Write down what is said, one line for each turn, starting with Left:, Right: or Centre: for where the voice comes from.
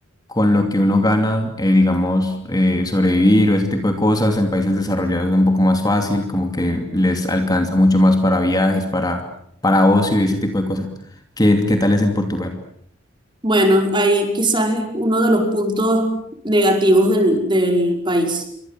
Left: con lo que uno gana, eh, digamos, eh, sobrevivir o ese tipo de cosas. En países desarrollados es un poco más fácil, como que les alcanza mucho más para viajes, para, para ocio y ese tipo de cosas. ¿Qué, qué tal es en Portugal?
Right: Bueno, ahí quizás es uno de los puntos negativos del, del país.